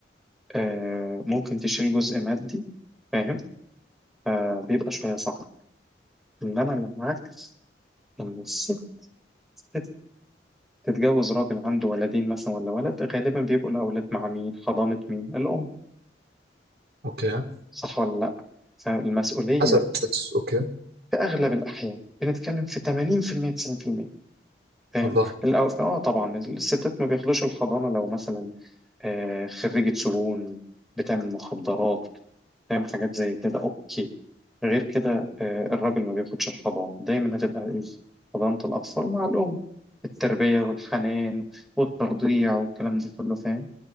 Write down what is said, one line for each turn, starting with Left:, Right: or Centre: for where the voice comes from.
Centre: آه، ممكن تشيل جزء مادي فاهم آه، بيبقى شوية صعب إنما لو العكس لما الست ست تتجوز راجل عنده ولدين مثلا ولا ولد غالبا بيبقوا الأولاد مع مين حضانة مين الأم
Right: اوكي
Centre: صح ولا لأ فالمسؤولية
Right: حسب بس اوكي
Centre: في أغلب الأحيان بنتكلم في 80% 90% فاهم
Right: والله
Centre: الأو... اه طبعا الستات ما بياخدوش الحضانه لو مثلا آه خريجه سجون بتعمل مخدرات فاهم حاجات زي كده اوكي غير كده آه الراجل ما بياخدش الحضانه دايما هتبقى ايه حضانه الاطفال مع الام التربيه والحنان والترضيع والكلام ده كله فاهم